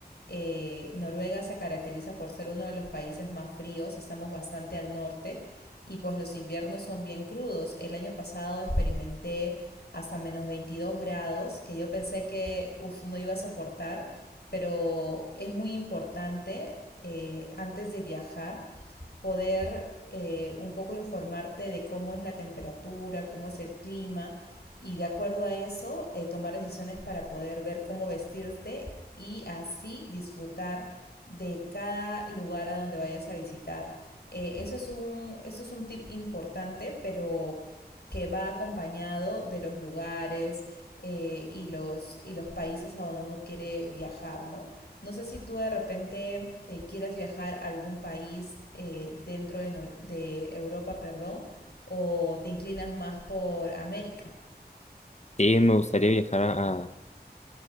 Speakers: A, on the left; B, on the left.
A: eh, Noruega se caracteriza por ser uno de los países más fríos, estamos bastante al norte y pues los inviernos son bien crudos. El año pasado experimenté hasta menos 22 grados, que yo pensé que uf, no iba a soportar, pero es muy importante eh, antes de viajar poder eh, un poco informarte de cómo es la temperatura, cómo es el clima y de acuerdo a eso eh, tomar decisiones para poder ver cómo vestirte y así disfrutar de cada lugar a donde vayas a visitar. Eh, eso, es un, eso es un tip importante, pero que va acompañado de los lugares eh, y, los, y los países a donde uno quiere viajar, ¿no? No sé si tú de repente eh, quieras viajar a algún país eh, dentro de, Nor- de Europa, perdón, o te inclinas más por América.
B: Y me gustaría viajar a, a-